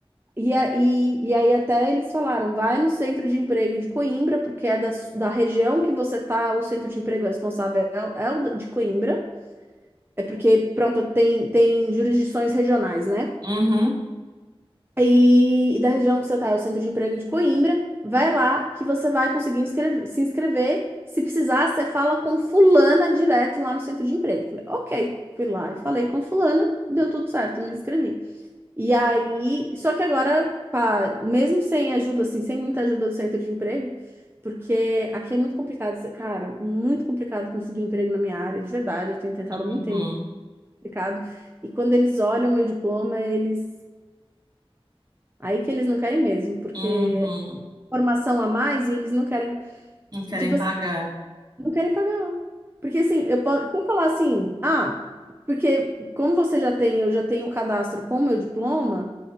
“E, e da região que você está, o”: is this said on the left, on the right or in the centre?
Right